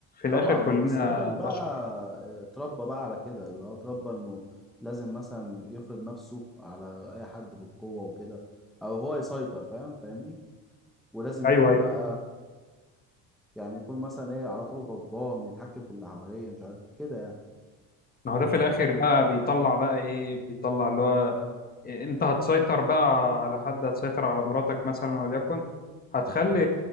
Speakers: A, on the left (about 25°); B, in the centre.
A: الاخر
B: طبعا
A: كلنا
B: هو بس الراجل
A: بشر
B: بقى آه، اتربى بقى على كده اللي هو اتربى انه لازم مثلا يفرض نفسه على اي حد بالقوه وكده او هو يسيطر فاهم فاهمني ولازم
A: ايوه
B: يكون
A: أيوة.
B: بقى يعني يكون مثلا ايه على طول غضبان يتحكم في اللي حواليه مش عارف كده يعني
A: ما هو ده في الاخر بقى بيطلع بقى ايه بيطلع اللي هو إيه، انت هتسيطر بقى على حد هتسيطر على مراتك مثلا وليكن هتخلي